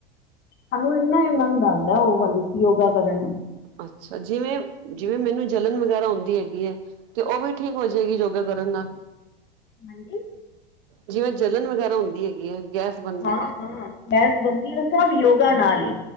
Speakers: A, on the left (about 35°); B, on the right (about 65°).
A: ਸਾਨੂੰ ਇੰਨਾ ਆਨੰਦ ਆਂਦਾ ਉਹ ਵਾਲੀ ਯੋਗਾ ਕਰਨ।
B: ਅੱਛਾ ਜਿਵੇਂ-ਜਿਵੇਂ ਮੈਨੂੰ ਜਲਨ ਵਗੈਰਾ ਹੋਂਦੀ ਹੈਗੀ ਏ। ਤੇ ਉ ਵੀ ਠੀਕ ਹੋ ਜਾਏਗੀ ਯੋਗਾ ਕਰਨ ਨਾਲ?
A: ਹਾਂਜੀ।
B: ਜਿਵੇਂ ਜਲਣ ਵਗੈਰਾ ਹੁੰਦੀ ਹੈਗੀ ਏ ਗੈਸ ਬਣਦੀ
A: ਹਾਂ-
B: ਹੈ
A: ਹਾਂ ਗੈਸ ਬੰਦੀ ਏ ਸਭ ਯੋਗਾ ਨਾਲ ਈ